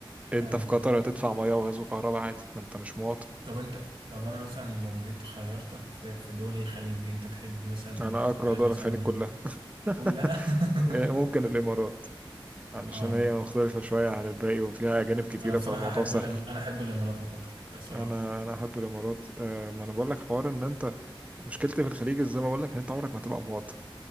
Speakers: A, on the right (about 15°); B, on the right (about 70°).
A: انت
B: ايوه
A: في قطر هتدفع مية وغاز وكهرباء عادي ما انت مش مواطن
B: طب انت طب انا مثلا لو جيت خيرتك في في دول الخليج انت تحب مثلا
A: انا
B: قول-
A: اكره
B: بقى
A: دول
B: مثلا
A: الخليج
B: من
A: كلها <laughs>
B: كلها <laughs>
A: آه، ممكن الامارات علشان
B: اه
A: هي مختلفة شوية عن الباقي وفيها أجانب كتيرة
B: انا بصراحه
A: فالموضوع
B: احب
A: سهل
B: الإم... انا احب الامارات وقطر بصراحه
A: انا
B: يعني
A: انا احب الامارات آه، ما انا بقول لك حوار ان انت مشكلتي في الخليج زي ما بقول لك ان انت عمرك ما هتبقى مواطن